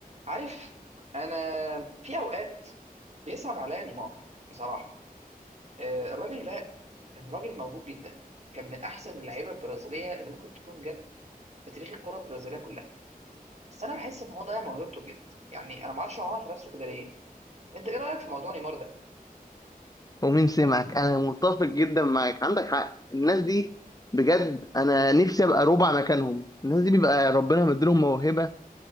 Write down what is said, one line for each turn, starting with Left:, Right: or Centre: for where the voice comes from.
Right: عارف انا في اوقات بيصعب عليا نيمار بصراحه آه، الراجل ده كان راجل موهوب جدا كان من احسن اللعيبه البرازيليه اللي ممكن تكون جت في تاريخ الكره البرازيليه كلها بس انا بحس ان هو ضيع موهبته بجد يعني انا ما اعرفش هو عمل في نفسه كده ليه انت ايه رايك في موضوع نيمار ده
Left: ومين سمعك انا متفق جدا معاك عندك حق الناس دي بجد انا نفسي ابقى ربع مكانهم الناس دي بيبقى ربنا مديلهم موهبه